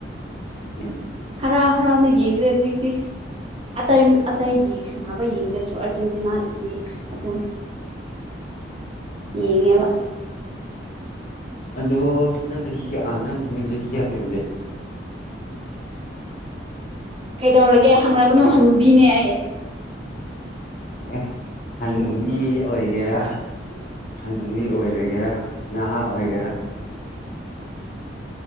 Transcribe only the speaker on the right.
ꯍꯔꯥꯎ ꯍꯔꯥꯎꯅ ꯌꯦꯡꯒ꯭ꯔꯦ ꯍꯧꯖꯤꯛꯇꯤ ꯑꯇꯩ ꯑꯇꯩꯒꯤ ꯁꯥꯟꯅꯕ ꯌꯦꯡꯗ꯭ꯔꯁꯨ ꯑꯔꯖꯦꯟ ꯇꯤꯅꯒꯤꯗꯤ ꯑꯗꯨꯝ ꯌꯦꯡꯉꯦꯕ
ꯀꯩꯗꯧꯔꯒꯦ ꯍꯪꯉꯛꯀꯅꯨ ꯍꯅꯨꯕꯤꯅꯦ ꯑꯩ
<inaudible>